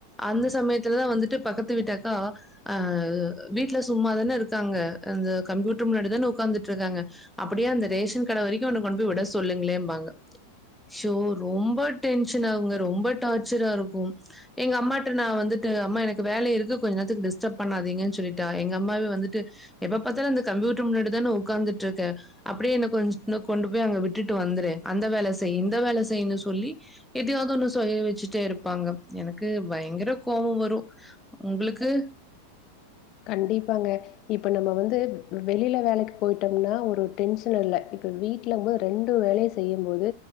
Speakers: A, in the centre; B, on the left (about 40°).
A: அந்த சமயத்துலதா வந்துட்டு பக்கத்து வீட்டு அக்கா அஹ் வீட்ல சும்மாதானே இருக்காங்க அந்த கம்ப்யூட்டர் முன்னாடி தான உக்காந்துட்டு இருக்காங்க அப்டியே அந்த ரேஷன் கட வரைக்கும் என்ன கொண்டு போய் விட சொல்லுங்களேம் பாங்க சோ ரொம்ப டென்ஷன் ஆகுங்க ரொம்ப டார்ச்சரா இருக்கும் எங்க அம்மாட்ட நா வந்துட்டு அம்மா என வேல இருக்கு கொஞ்ச நேரத்துக்கு டிஸ்டர்ப் பண்ணாதீங்கன்னு சொல்லிட்டா எங்க அம்மாவே வந்துட்டு எப்ப பத்தாலும் இந்த கம்யூட்டர் முன்னாடி தான உக்காந்துட் இருக்க அப்டியே என்ன கொஞ்ச கொண்டு போய் அங்க விட்டுட்டு வந்துர அந்த வேல செய் இந்த வேல செய்ன்னு சொல்லி எதயாவ்து ஒன்னு செய்ய வச்சுட்டே இருப்பாங்க எனக்கு பயங்கர கோவொ வரும். ஒங்ளுக்கு
B: கண்டிப்பாங்க இப்ப நம்ம வந்து வெளியில வேலைக்கு போயிட்டோம்னா ஒரு டென்ஷன் இல்ல இப்ப வீட் லங்கும் போது ரெண்டு வேலை செய்யும்போது